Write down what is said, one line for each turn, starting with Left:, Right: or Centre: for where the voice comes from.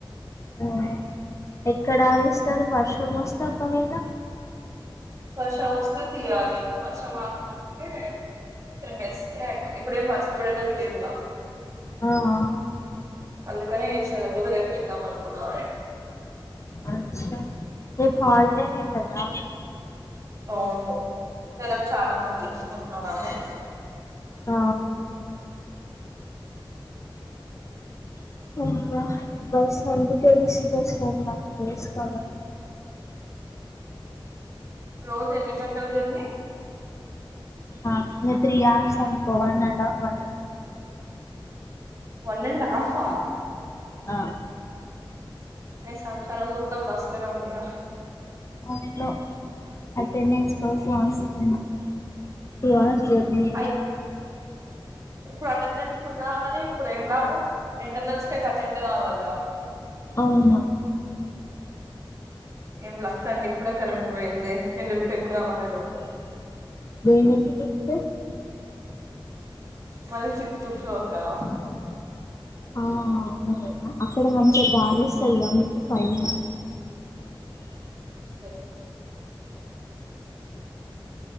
Left: ఉమ్ ఎక్కడ ఆరేస్తరు వర్షం వస్తే ఒకవేల
Right: వర్షం వస్తే తీయాలి వర్షం రాకముందుకే ఎండేస్తే అయిపో ఇప్పుడేమ్ వర్షం పడేటట్లు లేదుగా
Left: ఆ అ
Right: అందుకానే ఎషీనా లేకపోతే రేపేద్దాం అనుకున్నా
Left: అచ్చ రేప్ హాల్డేనే కదా
Right: అవును ఇగ రేప్ చాలా మంది వేసుకుంటారని
Left: ఆ బ బస్ అందుకే విసుగొస్తాది నాకు డేస్కాలర్
Right: రోజు ఎన్నిగంటలు జర్నీ
Left: ఆ ఇంగ త్రీ హౌర్స్ అనుకో one and half one and half
Right: one and హాఫా
Left: ఆ
Right: ఎ సంసారం మొత్తం బస్తనే ఉందిగా
Left: అవును అటెండెన్స్ నోడ్స్ రాస్తున్న టూ హౌర్స్ జర్నీ
Right: అయి ఇప్పుడు అటెండెన్స్ ఉన్నా కాని ఇప్పుడు ఏం లాభం ఇంటర్నల్స్ కి అయితే అటెండ్ కావాలిగా
Left: అవునా
Right: ఏం లక్ అండి ఇప్పుడే కరెంట్ పోయింది నేను లిఫ్ట్ ఎక్కుదాం అనేలోపు
Left: దేనికి లిఫ్ట్
Right: మది ఫిఫ్త్ ఫ్లోర్ కదా
Left: ఆ హ అవును గదా అక్కడ మంచి గాలోస్తది గ మీకు పైన
Right: సరే